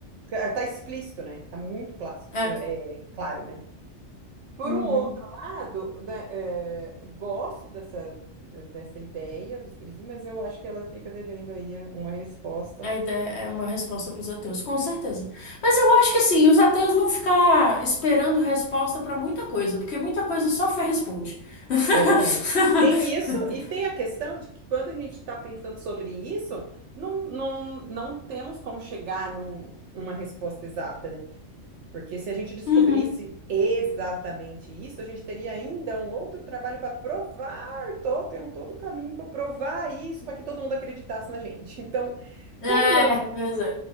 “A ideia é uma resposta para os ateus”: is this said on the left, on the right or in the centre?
Left